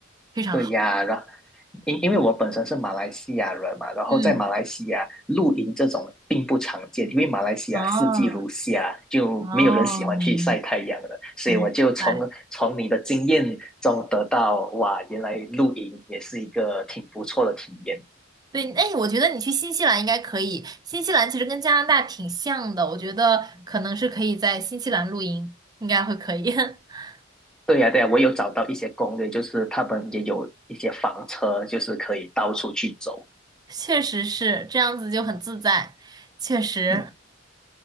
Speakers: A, on the right; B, in the centre.
A: 非常好。
B: 对呀，然因因为我本身是马来西亚人嘛，然后在马来西亚露营这种并不常见，
A: 嗯，
B: 因为马来西亚四季如夏，
A: 哦
B: 就没有人喜欢去晒太阳的，
A: 哦，明
B: 所以我就从从你的经验中得到，
A: 明白。
B: 哇，原来露营也是一个挺不错的体验。
A: 对，哎，我觉得你去新西兰应该可以。新西兰其实跟加拿大挺像的，我觉得可能是可以在新西兰露营，应该会可以。<laughs>
B: 对呀，对呀，我有找到一些攻略，就是他们也有一些房车，就是可以到处去走。
A: 确实是这样子就很自在。确实，
B: 嗯，